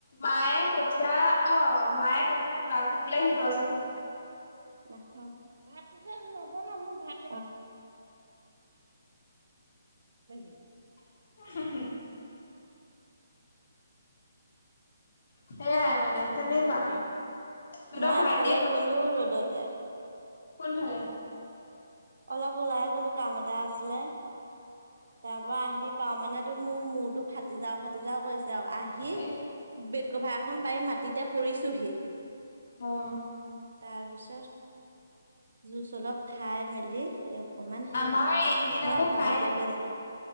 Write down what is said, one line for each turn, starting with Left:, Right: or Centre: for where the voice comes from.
Left: মায়ে কঠিয়া অ', মায়ে কঠিয়া <unintelligible> আখী তোলেহি দহ আখী তোলে।
Right: নাখাও, ভাতটো যে নবনাও মোৰ ভাত <unintelligible>
Left: <unintelligible> সেইয়াই মানে তেনেকুৱা। তহঁতৰ
Right: মই এফালে
Left: ভাইটিয়ে ক
Right: গলোঁ ৰ'দতে।
Left: কোনফালে।
Right: অলপ ওলাই গ'লো কাম এটা আছিলে। তাৰ পৰা আহি পাওঁ মানে তো মোৰ মূৰটো ফাটি যাওঁ ফাটি যাওঁ কৰিছে আৰু আহি
Left: এই
Right: বে কভাখন পাৰি মাটিতে পৰিছোহি।
Left: অ'
Right: তাৰপিছত জুচ অলপ খাই মেলি। অকমান সেই
Left: আমাৰ এইকেইদিন
Right: মই
Left: আকৌ
Right: সেই কামত
Left: কাৰেন্ট,
Right: লাগি আছিলো